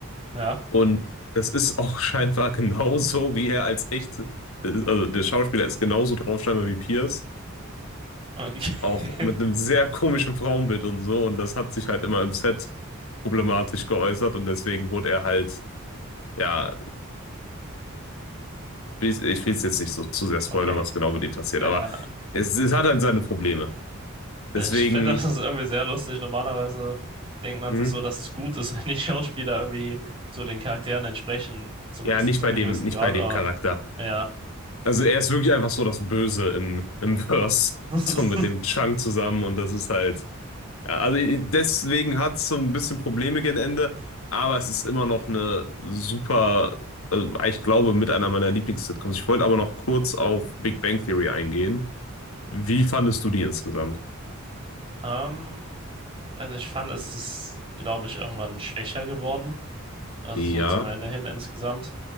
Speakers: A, on the right; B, on the left.
A: ja,
B: Und das ist <laughs> auch scheinbar genauso, wie er als echt, äh, also der Schauspieler ist genauso drauf scheinbar wie Pierce,
A: okay.
B: auch mit
A: <laughs>
B: einem sehr komischen Frauenbild und so. Und das hat sich halt immer im Set problematisch geäußert und deswegen wurde er halt, ja, ich, ich will es jetzt nicht so zu sehr spoilern,
A: Okay.
B: was genau mit ihm passiert,
A: Ja.
B: aber es, es hat halt seine Probleme. Deswegen,
A: Ich finde, das ist irgendwie sehr lustig. Normalerweise denkt man
B: hm,
A: sich so, dass es gut ist, <laughs> wenn die Schauspieler irgendwie so den Charakteren entsprechen, zumindest
B: ja, nicht
A: zu
B: bei
A: einem
B: dem,
A: gewissen
B: nicht
A: Grad.
B: bei dem
A: Aber
B: Charakter.
A: ja.
B: Also er ist wirklich einfach so das Böse im, im <laughs> Verse,
A: <laughs>
B: so mit dem Chunk zusammen und das ist halt, ja, also deswegen hat es so ein bisschen Probleme gegen Ende, aber es ist immer noch eine super, also ich glaube, mit einer meiner Lieblings-Sitcoms. Ich wollte aber noch kurz auf Big Bang Theory eingehen. Wie fandest du die insgesamt?
A: Ähm, also ich fand, es ist, glaube ich, irgendwann schwächer geworden. also
B: Ja.
A: so zum Ende hin insgesamt.